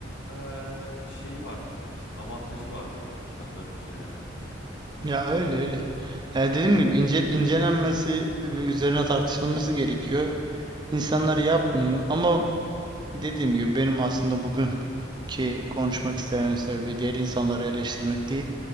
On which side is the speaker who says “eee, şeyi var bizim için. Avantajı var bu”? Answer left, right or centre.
Left